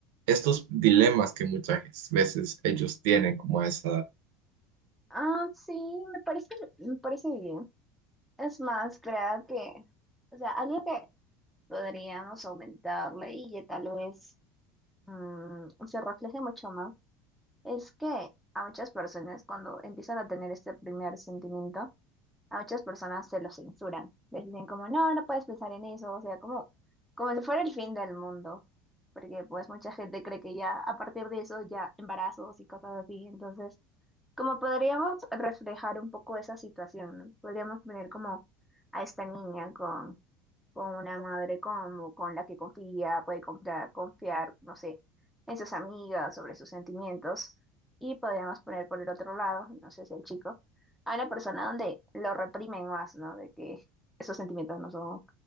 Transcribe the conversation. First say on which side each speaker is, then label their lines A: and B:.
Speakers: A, on the right (about 75°); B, in the centre.
A: estos dilemas que muchas veces ellos tienen como a esa
B: Ah, sí, me parece, me parece bien. Es más, creo que, o sea, algo que podríamos aumentarle y que tal vez mm, se refleje mucho más, es que a muchas personas cuando empiezan a tener este primer sentimiento, a muchas personas se lo censuran. Les dicen como, no, no puedes pensar en eso, o sea, como, como si fuera el fin del mundo, porque pues mucha gente cree que ya a partir de eso ya embarazos y cosas así, entonces, como podríamos reflejar un poco esa situación, ¿no? Podríamos poner como a esta niña con con una madre como con la que confía, puede comprar, confiar, no sé, en sus amigas, sobre sus sentimientos. Y podríamos poner por el otro lado, no sé si el chico, a una persona donde lo reprimen más, ¿no? De que esos sentimientos no son,